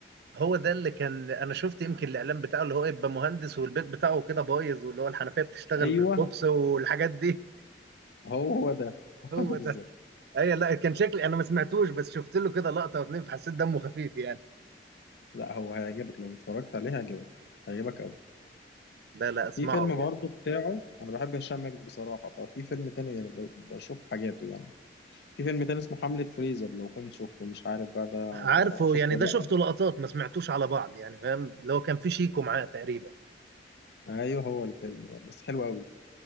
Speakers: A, on the right; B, on the left.
A: هو ده اللي كان انا شفت يمكن الاعلان بتاعه اللي هو يبقى مهندس والبيت بتاعه كده بايظ واللي هو الحنفيه بتشتغل
B: ايوه
A: بالكوبس والحاجات دي
B: هو هو ده <laughs> هو
A: هو
B: ده بالظبط
A: ده اي لا كان شكلي انا ما سمعتوش بس شفت له كده لقطه واتنين فحسيت دمه خفيف يعني
B: لا هو هيعجبك لو اتفرجت عليه هيعجبك هيعجبك قوي
A: لا لا اسمعه
B: في فيلم
A: يعني
B: برضه بتاعه انا بحب هشام ماجد بصراحه ففي فيلم تاني يعني ب- بشوف حاجاته يعني في فيلم تاني اسمه حملة فريزر لو كنت شفته مش عارف بقى ده
A: عارفه
B: ده شفته
A: يعني ده
B: ولا
A: شفته لقطات ما سمعتوش على بعض يعني فاهم اللي هو كان في شيكو معاه تقريبا
B: لا ايوه هو الفيلم ده بس حلو قوي